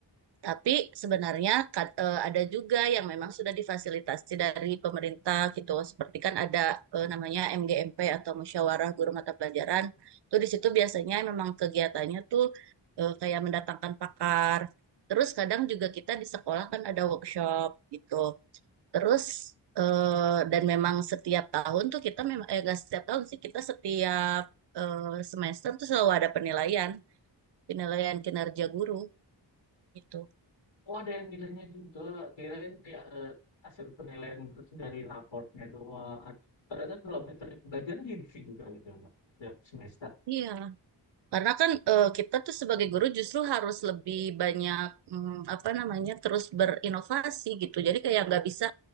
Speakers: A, on the right (about 60°); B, on the left (about 90°).
A: Tapi sebenarnya kad- eh, ada juga yang memang sudah difasilitasi dari pemerintah gitu. Seperti kan ada eh, namanya MGMP atau Musyawarah Guru Mata Pelajaran. Tuh di situ biasanya memang kegiatannya tuh eh, kayak mendatangkan pakar. Terus kadang juga kita di sekolah kan ada workshop gitu. Terus eh, dan memang setiap tahun tuh kita memang eh gak setiap tahun sih kita setiap eh, semester tuh selalu ada penilaian, penilaian kinerja guru gitu.
B: Oh, ada yang nilainya juga. Kirain kayak eh, hasil penilaian itu tuh dari raportnya doang. At- Ternyata kalau metode pembelajaran direview juga gitu ya, Mbak. Tiap semester.
A: Iya. Karena kan eh, kita tuh sebagai guru justru harus lebih banyak mm, apa namanya terus berinovasi gitu. Jadi kayak nggak bisa